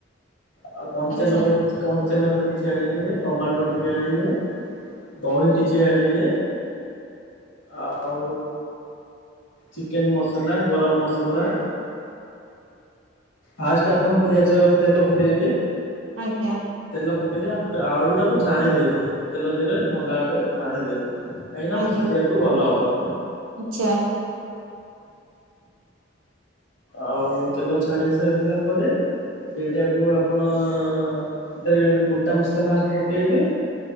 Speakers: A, on the left; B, on the right.
A: ଆଉ କଞ୍ଚା
B: ଆଚ୍ଛା
A: ଲଙ୍କା କିଛି କଞ୍ଚା ଲଙ୍କା କିଛି ଆଣିବେ, ଟମାଟୋ ଟିକେ ଆଣିବେ ଦହି
B: ଆଚ୍ଛା
A: ଟିକେ ଆଣିବେ। ଆଉ ଚିକେନ ମସ ମସଲା ଗରମ ମସଲା। ଫାଷ୍ଟ ଆପଣ ପିଆଜ ତେଲ ପକେଇବେ।
B: ଆଜ୍ଞା।
A: ତେଲ ପକେଇଲେ ଆଳୁ ଟାକୁ ଛାଣିଦେବେ। ତେଲ ଦେହରେ ଭଲ ଭରେ ଛାଣିଦେବେ। କାହିଁକି ନା
B: ଆଜ୍ଞା
A: ସିଝିବାକୁ ଭଲ ହବ।
B: ଆଚ୍ଛା।
A: ଆଉ ତେଲ ଛାଣି ସାରିଲା ପରେ ସେଇଟାକୁ ଆପଣ ସେଥିରେ ମୋଟା ମସଲା ଫାଷ୍ଟ ପକେଇବେ